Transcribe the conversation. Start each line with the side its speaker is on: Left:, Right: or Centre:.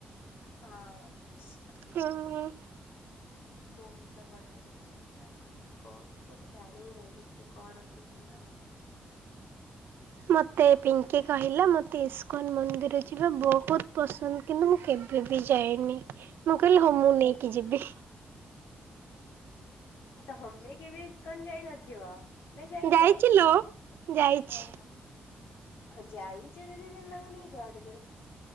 Left: ହଁ।
Right: ହୁଁ।
Left: ମୁଁ ବି ତ ବଢିଆ ବି କିଛି ବି ଷ୍ଟାର୍ଟ କରିନି। କଣ ମୁଁ ତ ଜାଣିବି ନାହିଁ ଠିକ୍ ସେ କଣ ଅଛି ଶୀଲା ବସ୍
Right: ମୋତେ ପିଙ୍କି କହିଲା ମୋତେ ଇସ୍କନ୍ ମନ୍ଦିର ଯିବା ବହୁତ ପସନ୍ଦ କିନ୍ତୁ ମୁଁ କେବେ ବି ଯାଇନି। ମୁଁ କହିଲି
Left: ଆଚ୍ଛା
Right: ହଉ ମୁଁ ନେଇକି ଯିବି।
Left: ତମେ କେବେ ଇସ୍କନ ଯାଇ ନଥିବ? ନା ଯାଇଛ,
Right: ଯାଇଛି ଲୋ ଯାଇଛି
Left: ଓହୋ। ଆ ଯାଇଛ ଯଦି <unintelligible>